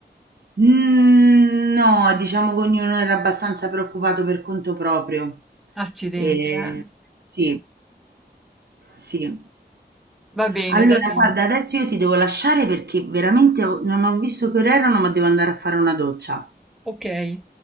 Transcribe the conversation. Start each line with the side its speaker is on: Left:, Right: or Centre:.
Right: Mhmm, no, diciamo che ognuno era abbastanza preoccupato per conto proprio.
Centre: Accidenti,
Right: Ehm,
Centre: eh.
Right: sì, sì.
Centre: Va bene,
Right: Allora
Centre: dai.
Right: guarda, adesso io ti devo lasciare perché veramente ho non ho visto che ore erano, ma devo andare a fare una doccia.
Centre: Okay.